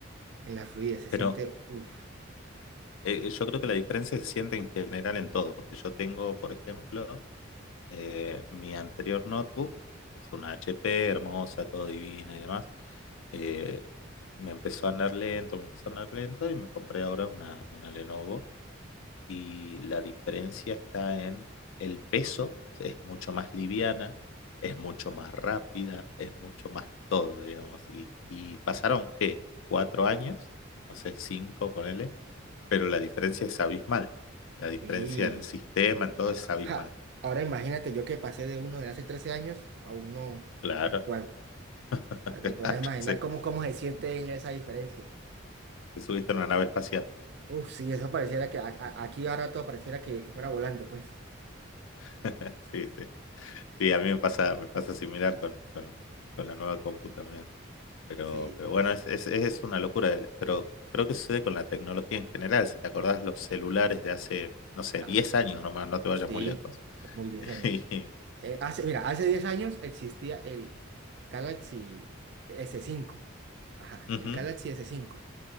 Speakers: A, on the right (about 55°); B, on the left (about 70°).
A: en la fluidez se
B: Pero
A: siente, uf,
B: Eh, yo creo que la diferencia se siente en general en todo, porque yo tengo, por ejemplo, eh, mi anterior notebook, es una HP hermosa, todo divina y demás. eh, me empezó a andar lento, me empezó a andar lento y me compré ahora una, una Lenovo. Y la diferencia está en el peso, es mucho más liviana, es mucho más rápida, es mucho más todo, digamos. Y, y pasaron, ¿qué? ¿Cuatro años? No sé, cinco, ponele pero la diferencia es abismal. La diferencia
A: y...
B: en sistema, en todo
A: ajá.
B: es abismal.
A: Ahora imagínate yo que pasé de uno de hace 13 años a uno
B: Claro,
A: actual.
B: <laughs>
A: O sea, Te puedes
B: claro,
A: imaginar
B: sí.
A: cómo, cómo se siente esa diferencia.
B: Te subiste a una nave espacial.
A: Uf, sí, eso pareciera que a- a- aquí ahora todo pareciera que, que fuera volando, pues.
B: <laughs> Sí, sí. Sí, a mí me pasa, me pasa similar con, con, con la nueva compu también. Pero,
A: Sí,
B: pero bueno, es, es, es una locura. el- Pero creo que sucede con la tecnología en general. Si te acordás los celulares de hace, no sé,
A: ah,
B: 10 años nomás, no te vayas
A: sí,
B: muy lejos.
A: muy bien.
B: <laughs> Y-
A: Eh, hace, mira, hace 10 años existía el Galaxy s cinco Ajá,
B: Ujú,
A: el Galaxy s cinco